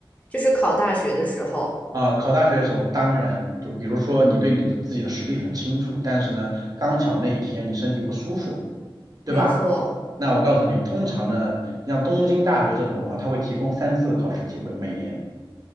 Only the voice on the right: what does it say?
啊，考大学的时候，当然就比如说你对你的自己的实力很清楚，但是呢，刚巧那一天你身体不舒服，对吧？
那我告诉你，通常呢，像东京大学这种的话，它会提供三次考试机会，每年。